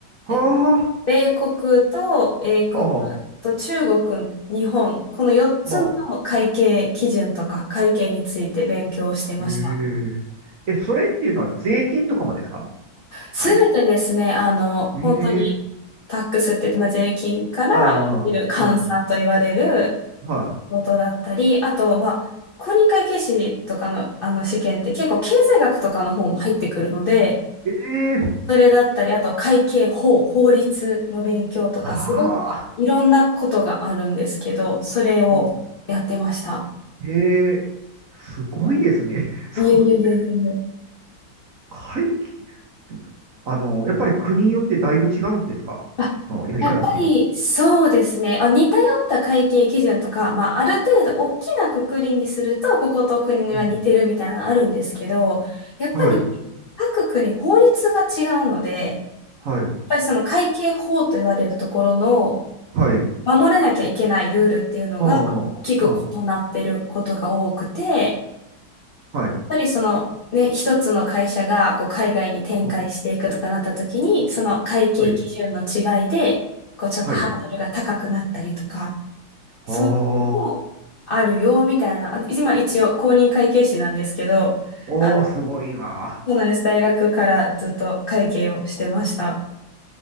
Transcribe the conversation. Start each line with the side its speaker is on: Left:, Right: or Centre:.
Right: はあ、
Left: えっと米国と英国
Right: ほうほう、
Left: と中国、日本、この4つの会計基準とか会計について勉強をしてました。
Right: ほう。へえ。え、それっていうのは税金とかもですか
Left: すべてですね、
Right: 会計。
Left: あの、
Right: ええ、
Left: 本当にタックスって言って、まあ、税金からいる監査と言われる
Right: ああ、ああ、は
Left: ことだったり、あと、まあ、公認会計士とかの、あの試験って結構経済学とかの方も入ってくるので、
Right: い。ええ、
Left: それだったり、あと会計法、法律の勉強とか、
Right: はあ、
Left: すごくいろんなことがあるんですけど、それをやってました。
Right: うんええ、すごいですね。そう。
Left: いやいやいやいやいや。
Right: 会期、あの、やっぱり国によってだいぶ違うんですかそのやり方っていうのは
Left: あやっぱりそうですね。あ、似通った会計基準とか、まあ、ある程度大きな括りにすると、ここと国は似てるみたいなのあるんですけど、
Right: うん。
Left: やっぱり各国法律が違うので、
Right: は。はい、はい、
Left: ぱりその会計法と言われるところの
Right: はい。
Left: 守らなきゃいけないルールっていうのが大きく異なってることが多くて、
Right: ああ、あ
Left: やっ
Right: あ、はい、
Left: ぱりそのね、一つの会社がこう海外に展開していくとかなった時に、
Right: あ、
Left: その会計基準の違いで、
Right: はい、
Left: こうちょっとハードルが高くなったりとか、
Right: はい。
Left: そういうのもあるよみたいな、
Right: ああ、
Left: 今一応公認会計士なんですけど、
Right: おー、
Left: あ、
Right: すごいな。
Left: そうなんです。大学からずっと会計をしてました。